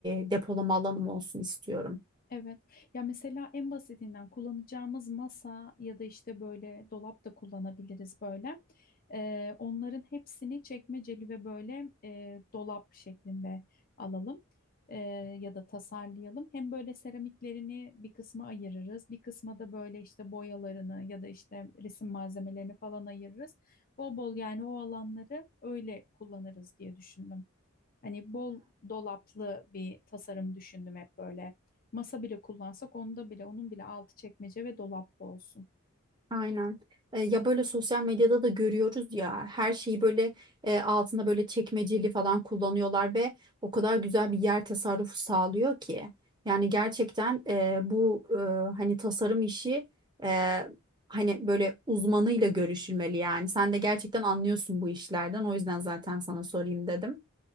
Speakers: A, on the right; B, on the left.
A: e, depolama alanım olsun istiyorum.
B: Evet. Ya mesela en basitinden kullanacağımız masa ya da işte böyle dolap da kullanabiliriz böyle. Ee, onların hepsini çekmeceli ve böyle e, dolap şeklinde alalım Ee, ya da tasarlayalım. Hem böyle seramiklerini bir kısma ayırırız, bir kısma da böyle işte boyalarını ya da işte resim malzemelerini falan ayırırız. Bol bol yani o alanları öyle kullanırız diye düşündüm. Hani bol dolaplı bir tasarım düşündüm hep böyle. Masa bile kullansak onda bile onun bile altı çekmece ve dolaplı olsun.
A: Aynen. E, ya böyle sosyal medyada da görüyoruz ya her şeyi böyle e, altında böyle çekmeceli falan kullanıyorlar ve o kadar güzel bir yer tasarrufu sağlıyor ki. Yani gerçekten e, bu e, hani tasarım işi e, hani böyle uzmanıyla görüşülmeli yani. Sen de gerçekten anlıyorsun bu işlerden o yüzden zaten sana sorayım dedim.